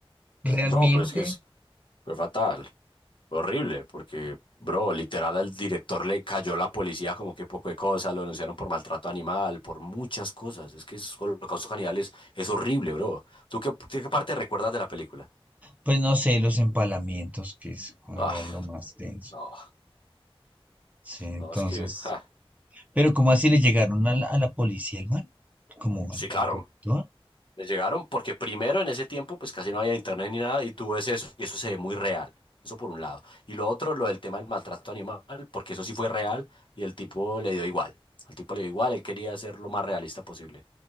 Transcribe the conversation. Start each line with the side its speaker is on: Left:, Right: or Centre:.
Right: Realmente,
Left: No, pues es que es fue fatal. Horrible, porque, bro, literal al director le cayó la policía como que poco de cosa, lo denunciaron por maltrato animal, por muchas cosas. Es que es holocausto caníbal es, es horrible, bro. ¿Tú qué, qué parte recuerdas de la película?
Right: pues no sé, los empalamientos, que es joder,
Left: Ah,
Right: lo más denso.
Left: no,
Right: Sí, entonces,
Left: no, es que, ja.
Right: pero ¿cómo así le llegaron a la, a la policía el man? Como
Left: Sí,
Right: al
Left: claro.
Right: al conductor.
Left: Les llegaron porque primero en ese tiempo pues casi no había internet ni nada y tú ves eso y eso se ve muy real. Eso por un lado. Y lo otro, lo del tema del maltrato animal, porque eso sí fue real y el tipo le dio igual. Al tipo le dio igual, él quería ser lo más realista posible.